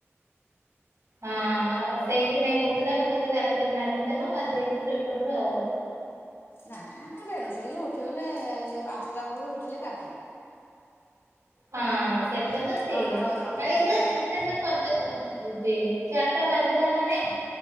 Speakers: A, on the right; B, on the left.
A: ହଁ ସେଇଥି ନାଗି କହୁଥିଲା ମୁଁ କହଲି ରାତିରେ ମାଜିଦବ ମାଜି ଦେଇକି ଶୋଇପଡିବ ଆଉ।
B: ନା ବେଣୁସୁ ଟିକେ ଉଠିଗଲେ ସେ ପାଞ୍ଚଟା ବେଳୁ ଉଠିଲେ କାଫି।
A: ହଁ
B: ଘଣ୍ଟାଟେ
A: ସେଟା ତ ଠିକ।
B: ଘଣ୍ଟାଟେ ଅଧଘଣ୍ଟା
A: <unintelligible>
B: ଲାଗିବ କରିବା ପାଇଁ ହଁ।
A: ଫର୍ଚ୍ଚା ଦେଖାଉଛି ଚାରିଟା ବାଜିଲା ମାନେ